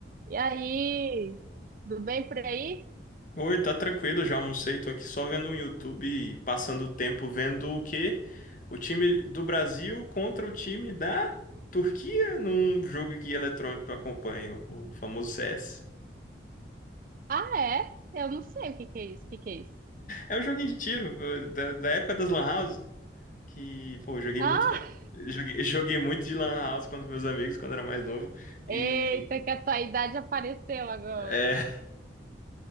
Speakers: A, on the right; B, on the left.
A: E aí, tudo bem por aí?
B: Oi, tá tranquilo, já almocei, tô aqui só vendo um YouTube, passando o tempo vendo o quê? O time do Brasil contra o time da Turquia num jogo que eletrônico eu acompanho, o famoso CS.
A: Ah, é? Eu não sei o que que é isso, o que que é isso?
B: É um joguinho de tiro, eh, da, da época das Lan House, que, pô, eu joguei
A: Ah,
B: muito, na- joguei, <laughs> joguei muito de Lan House com os meus amigos quando era mais novo, e,
A: eita, que a tua idade apareceu agora.
B: é,